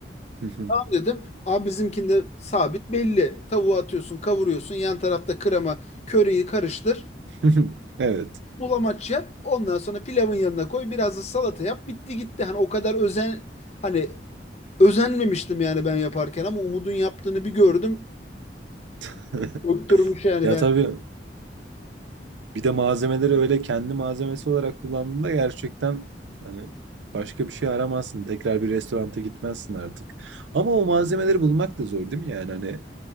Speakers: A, on the right; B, on the left.
A: <laughs>
B: Tamam dedim. Abi bizimkinde sabit belli. Tavuğu atıyorsun, kavuruyorsun. Yan tarafta krema, köriyi karıştır.
A: <laughs> Evet.
B: Bulamaç yap. Ondan sonra pilavın yanına koy. Biraz da salata yap. Bitti gitti. Hani o kadar özen hani özenmemiştim yani ben yaparken ama Umud'un yaptığını bir gördüm.
A: <laughs>
B: Öktürmüş yani
A: Ya
B: ben.
A: tabii bir de malzemeleri öyle kendi malzemesi olarak kullandığında gerçekten hani başka bir şey aramazsın. Tekrar bir restoranta gitmezsin artık. Ama o malzemeleri bulmak da zor değil mi? Yani hani